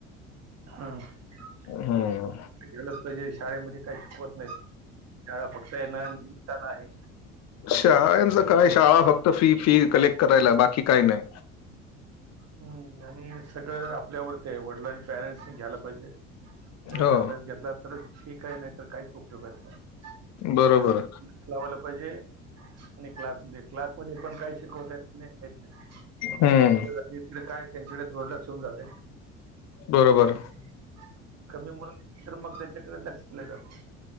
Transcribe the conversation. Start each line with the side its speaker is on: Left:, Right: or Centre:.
Right: हम, ते
Left: हं.
Right: गेलच पाहिजे, शाळेमध्ये काय शिकवत नही शाळा पक्ष य ना, निमित्ताला आहे.
Left: शाळेंच काय, शाळा फक्त फी-फी कलेक्ट करायला, बाकी काही नाही.
Right: हम आणि सगळं आपल्यावरती आहे, वडिलांच पॅरेंट्सनी, घ्यायला पाहिजे. खरच
Left: हो.
Right: अभ्यास घेतला, तरच ठीक आहे, नाही तर काहीच उपयोगाच नाही,
Left: बरोबर.
Right: नाही तर मग <unintelligible> चावायला पाहिजे. आणि क्लासमध्ये, क्लासमध्ये पण काय शिकवताय की नाही, माहीत नही.
Left: हं.
Right: <inaudible> काय त्यांच्याकडे दुर्लक्ष होऊन जातय.
Left: बरोबर.
Right: <unintelligible> कंदमुळ तर मग त्याच्याकडे लक्ष दिल जात,